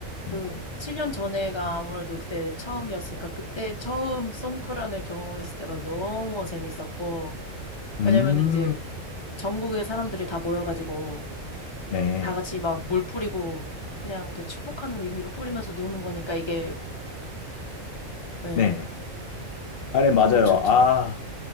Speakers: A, on the left; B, on the left.
A: 그
B: 곳.
A: 7년 전에가 아무래도 그때 처음이었으니까 그때 처음 송크란을 경험했을 때가 너무 재밌었고
B: 음,
A: 왜냐면은 이제 전국의 사람들이 다 모여가지고
B: 네,
A: 다 같이 막 물 뿌리고 그냥 이렇게 축복하는 의미로 뿌리면서 노는 거니까 이게 네
B: 네. 아, 네, 맞아요.
A: 너무 좋죠.
B: 아,